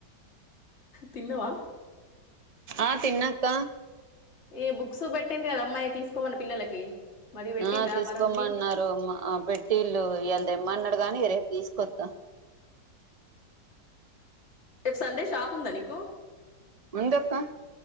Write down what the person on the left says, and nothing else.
తిన్నావ
ఏ బుక్స్ పెట్టింది కదా అమ్మాయి తీసుకోమని పిల్లలకి మరి పెట్టిండ్రా
వరుణ్కి
రేపు సండే షాప్ ఉందా నీకు